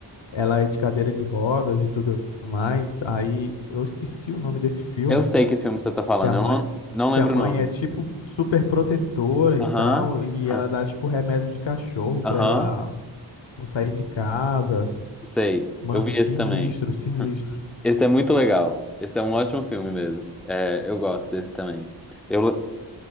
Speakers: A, on the left; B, in the centre.
A: ela é de cadeira de rodas e tudo mais. Aí eu esqueci o nome desse filme.
B: Eu sei que filme você tá falando,
A: Que a mãe,
B: eu não, não lembro
A: que a mãe
B: o nome.
A: é tipo super protetora e
B: Aham.
A: tal, e
B: aham,
A: ela dá tipo remédio de cachorro
B: Aham.
A: pra ela não sair de casa.
B: Sei.
A: Mano,
B: Eu vi
A: sinistro,
B: esse também.
A: sinistro.
B: Esse é muito legal. Esse é um ótimo filme mesmo. É, eu gosto desse também. Eu,